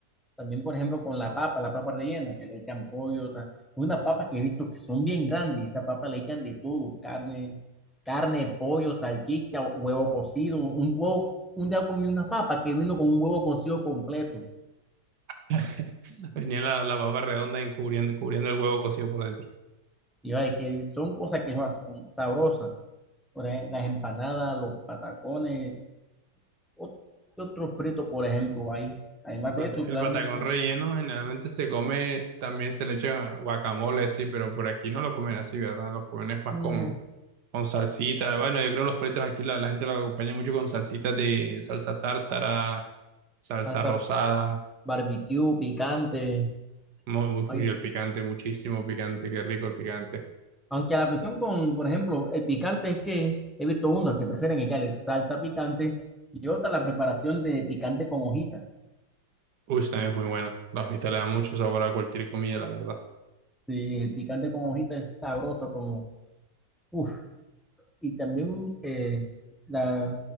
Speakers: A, in the centre; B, on the right (about 65°).
A: También, por ejemplo, con la papa, la papa rellena, que le echan pollo, ta- unas papas que he visto que son bien grandes y esa papa le echan de todo, carne, carne, pollo, salchicha, huevo cocido, un huevo, un día comí una papa que vino con un huevo cocido completo.
B: <laughs> Venía la, la papa redonda encubriendo, cubriendo el huevo cocido por dentro.
A: Y ay, que son cosas que ah, son sabrosas. Por ej- las empanadas, los patacones, ot- ¿qué otro frito, por ejemplo, hay? Además
B: El, pant-
A: de eso,
B: el
A: claramente,
B: patacón relleno generalmente se come, también se le echa guacamole, sí, pero por aquí no lo comen así, ¿verdad? Los comen es más
A: no,
B: con, con salsita. Bueno, yo creo que los fritos aquí la, la gente lo acompaña mucho con salsitas de salsa tártara, salsa
A: pasa
B: rosada.
A: barbecue, picante.
B: Mu-
A: Hay
B: Uy, el picante, muchísimo picante, qué rico el picante.
A: Aunque la cuestión con, por ejemplo, el picante es que he visto unos que prefieren echarle salsa picante y otra la preparación de picante con hojitas.
B: Uy, también es muy buena. La hojita le da mucho sabor a cualquier comida, la verdad.
A: Sí, el picante con hojitas es sabroso como, uff. Y también eh, la,